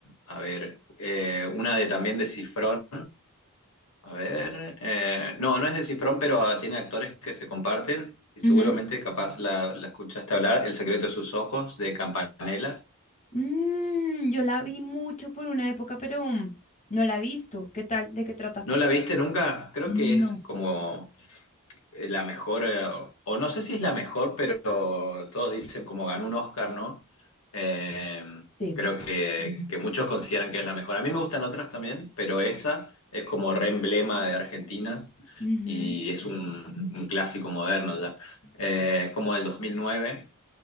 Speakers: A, on the left; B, on the left.
A: a ver, eh, una de también de Cifrón. A ver, eh, no, no es de Cifrón, pero tiene actores que se comparten. Y seguramente
B: Ujú.
A: capaz la, la escuchaste hablar, El secreto de sus ojos, de Campanella.
B: Mm, yo la vi mucho por una época, pero mm, no la he visto. ¿Qué tal? ¿De qué trata?
A: ¿No la viste nunca? Creo
B: No.
A: que es como eh, la mejor, eh, o no sé si es la mejor, pero todos dicen como ganó un Oscar, ¿no? Eh,
B: Sí.
A: creo que, que muchos consideran que es la mejor. A mí me gustan otras también, pero esa es como re emblema de Argentina
B: Ujú.
A: y es un, un clásico moderno ya. Eh, es como del 2009.